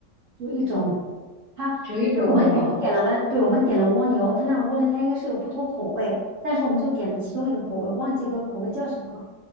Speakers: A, on the right (about 60°); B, on the left (about 65°).
A: 就一种，他呃我们我们点了温，
B: 只有一种蜗牛。
A: 对，我们点了蜗牛，他那蜗牛它应该是有不同口味，但是我们就点了其中一个口味，忘记个口味叫什么了。